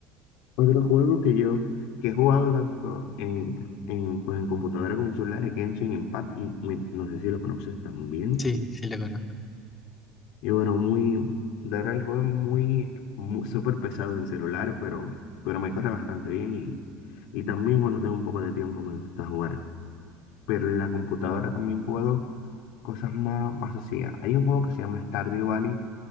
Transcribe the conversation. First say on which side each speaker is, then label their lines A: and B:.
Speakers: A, on the left; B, on the left.
A: Otro juego que yo, que he jugado tanto en, en, pues, en computadora como en celular, es Genshin Impact, y me- no sé si lo conoces también.
B: Sí, sí lo conozco.
A: Y bueno, muy, de verdad el juego es muy, mu- súper pesado en celular, pero, pero me corre bastante bien y, y también cuando tengo un poco de tiempo me gusta jugar. Pero en la computadora también he jugado cosas más, más sencillas. Hay un juego que se llama Stardew Valley,